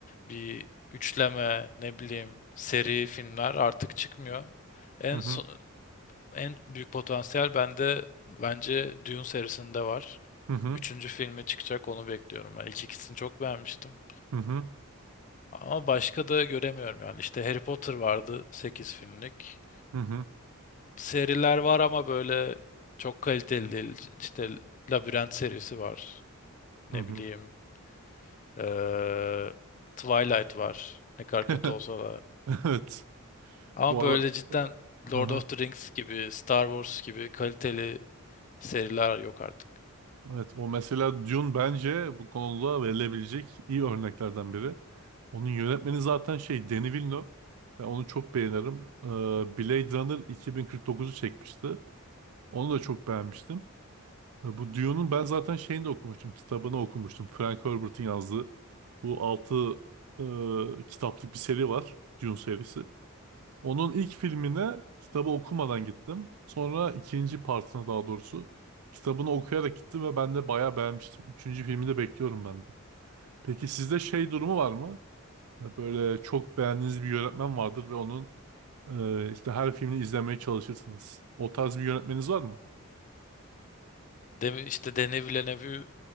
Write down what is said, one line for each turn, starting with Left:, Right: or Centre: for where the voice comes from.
Left: bir üçleme ne bileyim seri filmler artık çıkmıyor. En
Right: hı hı,
Left: so- en büyük potansiyel bende bence Dune serisinde var.
Right: hı hı,
Left: Üçüncü filmi çıkacak onu bekliyorum. Ben ilk ikisini çok beğenmiştim.
Right: hı hı.
Left: Ama başka da göremiyorum yani. İşte Harry Potter vardı 8 filmlik.
Right: Hı hı.
Left: seriler var ama böyle çok kaliteli değil. İşte Labirent serisi var. Ne
Right: Hı hı.
Left: bileyim. eee, Twilight var. Ne kadar
Right: <laughs>
Left: kötü olsa da.
Right: Evet.
Left: Ama
Right: Bu
Left: böyle
Right: ara...
Left: cidden
Right: Hı
Left: Lord
Right: hı.
Left: of the Rings gibi, Star Wars gibi kaliteli seriler yok artık.
Right: Evet o mesela Dune bence bu konuda verilebilecek iyi örneklerden biri. Onun yönetmeni zaten şey Denis Villeneuve. Ben onu çok beğenirim. Ee, Blade Runner 2049'u çekmişti. Onu da çok beğenmiştim. Ee, Bu Dune'un ben zaten şeyini de okumuştum. Kitabını okumuştum. Frank Herbert'in yazdığı. Bu altı e, kitaplık bir seri var. Dune serisi. Onun ilk filmine kitabı okumadan gittim. Sonra ikinci partına daha doğrusu kitabını okuyarak gittim ve ben de bayağı beğenmiştim. Üçüncü filmi de bekliyorum ben de. Peki sizde şey durumu var mı? Ee, Böyle çok beğendiğiniz bir yönetmen vardır ve onun e, işte her filmini izlemeye çalışırsınız. O tarz bir yönetmeniniz var mı?
Left: Demi, işte Denis Villeneuve'ü